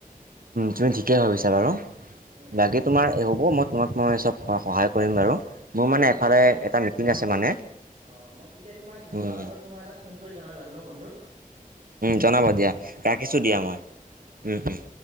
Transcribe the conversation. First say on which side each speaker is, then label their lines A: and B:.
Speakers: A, on the right (about 80°); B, on the right (about 50°).
A: তুমি ঠিকেই ভাবিছা বাৰু,
B: উম
A: বাকী তোমাৰ হ'ব মই তোমাক মই চব সহায় কৰিম বাৰু। মোৰ মানে
B: পিছে
A: এফালে এটা মিটিং
B: মই
A: আছে মানে
B: অ' মই পিছে তোমাক
A: উম
B: যোৱাৰ আগত মই এটা ফোন কৰি জনাল ল'ম ন বন্ধু।
A: জনাব দিয়া ৰাখিছোঁ
B: ঠিক আছে
A: দিয়া মই।
B: অ